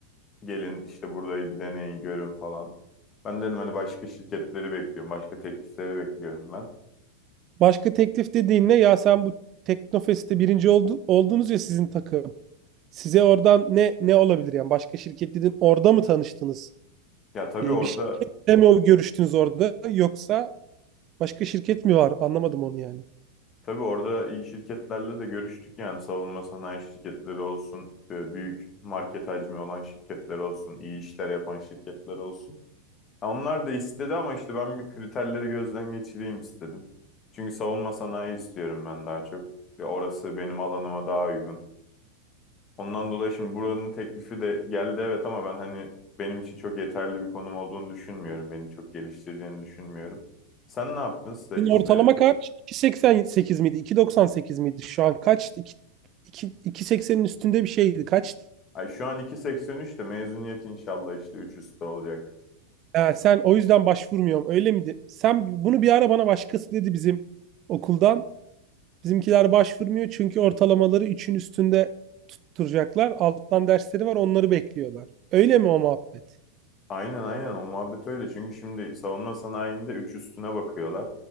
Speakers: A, on the left; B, on the right.
A: gelin işte burayı bir deneyin görün falan. Ben dedim hani başka şirketleri bekliyorum. Başka teklifleri bekliyorum ben.
B: Başka teklif dediğin ne? Ya sen bu Teknofest'te birinci oldu, oldunuz ya sizin takım. Size oradan ne ne olabilir yani? Başka şirket dedin orada mı tanıştınız?
A: Ya tabii
B: Ee,
A: orada
B: bir şirketle mi o görüştünüz orada? Yoksa Başka şirket mi var? Anlamadım onu yani.
A: tabii orada iyi şirketlerle de görüştük yani savunma sanayi şirketleri olsun, e, büyük market hacmi olan şirketler olsun, iyi işler yapan şirketler olsun. Ya Onlar da istedi ama işte ben bir kriterleri gözden geçireyim istedim. Çünkü savunma sanayi istiyorum ben daha çok. Ve Orası benim alanıma daha uygun. Ondan dolayı şimdi buranın teklifi de geldi evet ama ben hani benim için çok yeterli bir konum olduğunu düşünmüyorum. Beni çok geliştireceğini düşünmüyorum. Sen ne yaptın staj
B: Senin ortalama
A: işlerini?
B: kaç? iki virgül seksen sekiz miydi? iki virgül doksan sekiz miydi? Şu an kaç? 2, 2, 2.80'in üstünde bir şeydi. Kaçtı?
A: Ay şu an 2.83 de mezuniyet inşallah işte 3 üstü olacak.
B: Ha, sen o yüzden başvurmuyorum. Öyle miydi? Sen bunu bir ara bana başkası dedi bizim okuldan. Bizimkiler başvurmuyor çünkü ortalamaları üçün üstünde tutturacaklar. Alttan dersleri var onları bekliyorlar. Öyle mi o muhabbet?
A: Aynen aynen o muhabbet öyle. Çünkü şimdi savunma sanayinde 3 üstüne bakıyorlar.